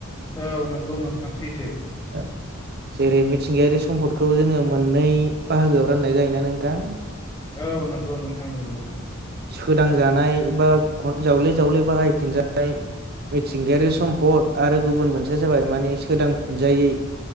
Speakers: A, on the left; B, on the right.
A: औ नंगौ नोंथां सैथो।
B: औ जेरै मिथिंगायारि सम्पदखौ जोङो मोननै बाहागोआव राननाय जायोना नोंथां
A: औ नंगौ नोंथां नंगौ
B: सोदांजानाय बा जावले जावले बाहायफिनजानाय मिथिंगायारि सम्पद आरो गुबुन मोनसेया जाबाय माने सोदांफिनजायै